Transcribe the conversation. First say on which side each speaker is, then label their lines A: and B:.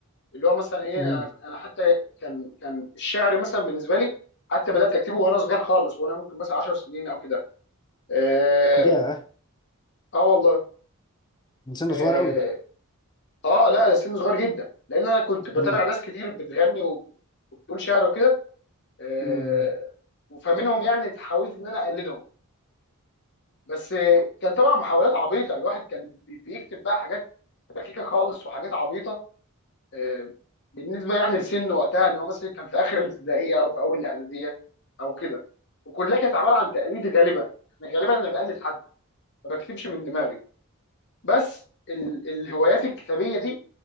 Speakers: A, on the left; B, on the left.
A: اللي هو مثلا ايه
B: امم
A: انا أنا حتى كان كان الشعر مثلا بالنسبه لي حتى بدات اكتبه وانا صغير خالص وانا ممكن مثلا 10 سنين او كده اه,
B: ياه
A: آه والله
B: من سن
A: اه,
B: صغير قوي
A: اه لا سن صغير جدا لان انا كنت بتابع
B: امم
A: ناس كتير بتغني وب- وبتقول شعر وكده آه،
B: امم
A: وفمنهم يعني حاولت ان انا اقلدهم بس آه، كان طبعا محاولات عبيطه الواحد كان بي- بيكتب بقى حاجات ركيكه خالص وحاجات عبيطه آه، بالنسبه يعني لسنه وقتها ان هو مثلا كان في اخر الابتدائيه او في اول الاعداديه او كده وكلها كانت عباره عن تقليد غالبا يعني غالبا انا بقلد حد ما بكتبش من دماغي بس ال الهوايات الكتابيه دي